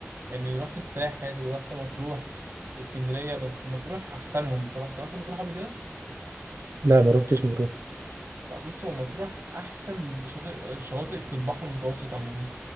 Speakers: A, on the right; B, on the right.
A: يعني رحت الساحل ورحت مطروح واسكندريه بس مطروح احسنهم بصراحه أنت رحت مطروح قبل كده
B: لا ما روحتش مطروح
A: لا بص هو مطروح احسن شاطئ شواطئ في البحر المتوسط عموما